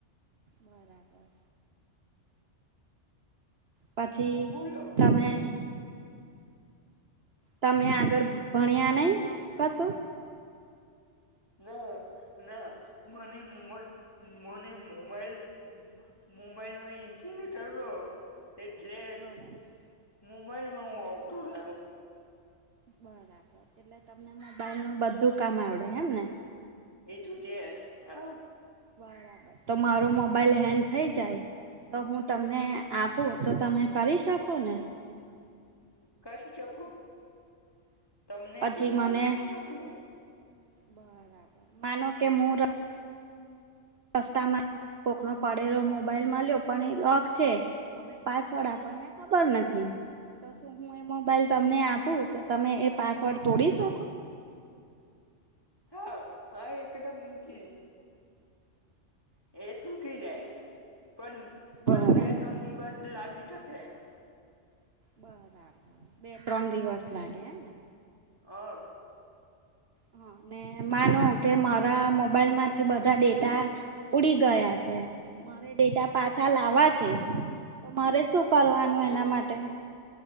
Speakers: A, on the right; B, on the left.
A: બરાબર. પછી
B: બોલો
A: તમે તમે આગળ ભણ્યા નહી કશું.
B: ના ના મને મોબાઈ મને મોબાઈલ મોબાઈલમાં <unintelligible> એટલે
A: બરાબર
B: મુંબઈમાં હું આવતો રહયો
A: બરાબર એટલે તમને મોબાઈલ નું બધું કામ આવડે એમને
B: <unintelligible>
A: બરાબર તો મારો મોબાઈલ હેંગ થઇ જાય તો હું તમને આપું તો તમે કરી શકો ને
B: કરી શકુ તમને
A: પછી
B: શીખવા
A: મને
B: દવી બી શકું
A: બરાબર માનો કે મુર રસ્તામાં મને કોકનો પડેલો મોબાઈલ મળ્યો પણ એ લોક છે અવે પાસવર્ડ આપણને ખબર નથી. તો શું હું એ મોબાઈલ તમને આપું તો તમે એ પાસવર્ડ તોડી શકો?
B: હા હા એકડમ ઈઝી <unintelligible> એ તૂટી જાય પણ પણ
A: બરા
B: બે ટોન દિવસ લાગી તકે
A: બરાબર બે ત્રણ દિવસ લાગે એમને
B: હ
A: હા ને માનૉ કે મારા મોબાઈલ માંથી બધા ડેટા ઉડી ગયા છે મારે ડેટા પાછા લાવવા છે તો મારે શું કરવાનું એના
B: એ
A: માટે